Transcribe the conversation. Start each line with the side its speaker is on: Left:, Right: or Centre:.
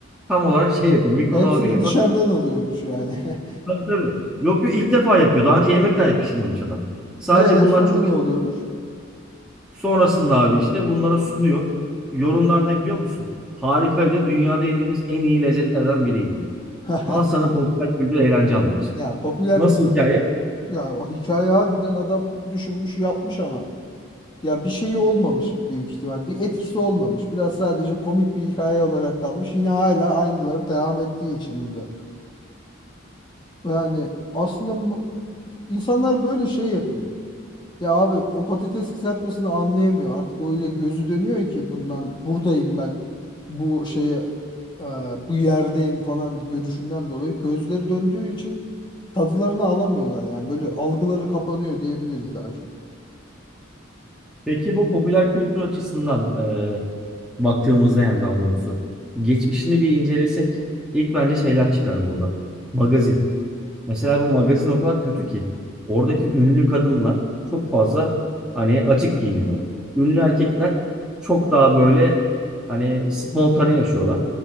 Centre: tam olarak şey yapıyor. Mikrodalgaya
Left: Hepsini dışarıdan
Centre: atıp
Left: alıyormuş yani. <laughs>
Centre: tabii tabii. Yok yok ilk defa yapıyor. Daha önce yemek dahi pişirmemiş adam. Sadece
Left: E
Centre: bunlar
Left: sonra
Centre: çok
Left: ne oluyormuş?
Centre: Sonrasında abi işte bunlara sunuyor. Yorumlar ne biliyor musun? Harikaydı. Dünyada yediğimiz en iyi lezzetlerden biriydi.
Left: <laughs>
Centre: Al sana popüler kültür eğlence anlayışı.
Left: Ya popüler
Centre: Nasıl
Left: kültür
Centre: hikaye?
Left: ya o hikaye harbiden adam düşünmüş yapmış ama ya bir şeyi olmamış büyük ihtimal. Bir etkisi olmamış. Biraz sadece komik bir hikaye olarak kalmış. Yine hala aynıları devam ettiği için bu da. Yani aslında mu- insanlar böyle şey yapıyor. Ya abi o patates kızartmasını anlayamıyor. Artık öyle gözü dönüyor ki bundan buradayım ben bu şeye e, bu yerdeyim falan görüşünden dolayı gözleri döndüğü için tadılarını alamıyorlar yani böyle algıları kapanıyor diyebiliriz daha çok.
Centre: Peki bu popüler kültür açısından e, baktığımızda yani daha doğrusu geçmişini bir incelesek ilk bence şeyler çıkar burada. Magazin. Mesela bu magazin o kadar kötü ki oradaki ünlü kadınlar çok fazla hani açık giyiniyorlar. Ünlü erkekler çok daha böyle hani spontane yaşıyorlar.